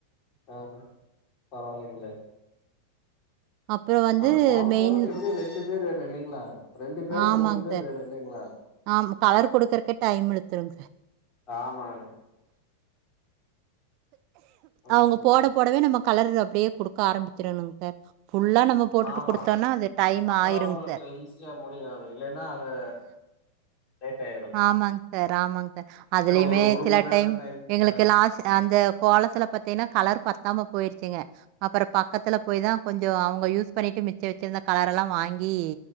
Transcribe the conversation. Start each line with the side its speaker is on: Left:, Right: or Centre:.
Left: அப்ரோ பரவால்லைங்களே
Right: அப்புறம் வந்து
Left: ஆனா கோலம்
Right: மெயின்
Left: போறக்கு எப்டியு ரெண்டு பேரு வேணு இல்லைங்களா ரெண்டு பேரு
Right: ஆமாங்க
Left: மூணு பேரு
Right: சார்.
Left: வேணு இல்லைங்களா
Right: ஆம் கலர் குடுக்கறக்கே டைம் இழுத்துருங்க சார்.
Left: ஆமாங்க ம்ஹ்ம்.
Right: அவுங்க போட போடவே நம்ம கலரு அப்டியே குடுக்க ஆரம்பிச்சிருனுங் சார் ஃபுல்லா நம்ம போட்டுட்டு
Left: ஆமா
Right: குடுத்தோம்னா, அது டைம்
Left: அப்பதா
Right: ஆயிருங்க
Left: அவுங்களுக்கு
Right: சார்.
Left: ஈஸியா முடியு அது இல்லன்னா அது லேட்டாயிரு
Right: ஆமாங் சார் ஆமாங் சார் அதுலயுமே
Left: ஒரு ஒரு
Right: சில
Left: மண் நேரந்தா
Right: டைம் எங்களுக்கு
Left: ஆ
Right: லாஸ் அந்த கோலத்துல பாத்தீன்னா கலர் பத்தாம போயிருச்சிங்க அப்பறம் பக்கத்துல போய் தா கொஞ்சொ அவுங்க யூஸ் பண்ணிட்டு மிச்சம் வச்சிருந்த கலரல்லா வாங்கி